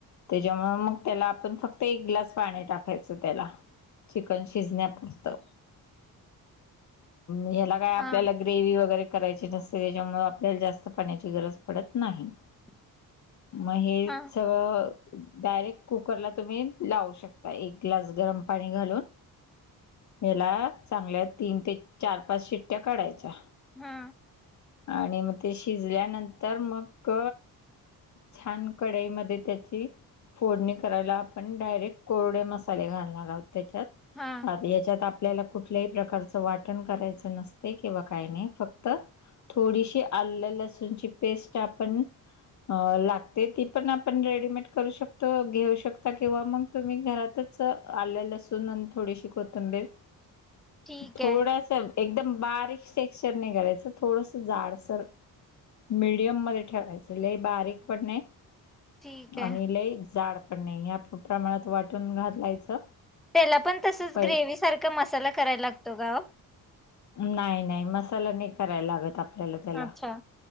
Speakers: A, on the left (about 50°); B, in the centre.
A: त्याच्यामूळ मग त्याला आपण फक्त एक ग्लास पाणी टाकायचं त्याला चिकन शिजण्यापुरतं ह्याला काय आपल्याला
B: हा
A: ग्रेव वगैरे करायची नसते त्याच्यामुळे आपल्याला जास्त पाण्याची गरज पडत नाही
B: <inaudible>
A: म हे
B: हा
A: सगळं डायरेक्ट कुकरला तुम्ही लावू शकता एक ग्लास गरम पाणी घालून ह्याला चांगल्या तीन ते चार पाच शिट्ट्या काढायच्या
B: हा
A: आणि म ते शिजल्यानंतर मग छान कढाईमध्ये त्याची फोडणी करायला आपण डायरेक्ट कोरडे मसाले घालणार आहोत त्याच्यात
B: हा
A: याच्यात आपल्याला कुठल्याही प्रकारचं वाटण करायचं नसतय किंवा काय नाही फक्त थोडीशी आलं लसूणची पेस्ट आपण अ लागते ती पण आपण रेडीमेड करू शकतो घेऊ शकता किंवा मग. तुम्ही घरातच आलं लसुन आणि थोडीशी कोथंबीर.
B: <inaudible> ठीक आहे
A: थोडस एकदम बारीक टेक्सचर नाही करायचं थोडस. जाडसर मिडियम मध्ये ठेवायचं लई बारीक पण नाही.
B: ठीक आहे.
A: आणि लय जाड पण नाही या प्रमाणात वाटून घालायचं.
B: त्याला पण तसच
A: पहि
B: ग्रेव्ही सारखं मसाला करायला लागतो का ओ?
A: नाही नाही मसाला नाही करायला लागत आपल्याला त्याला.
B: अच्छा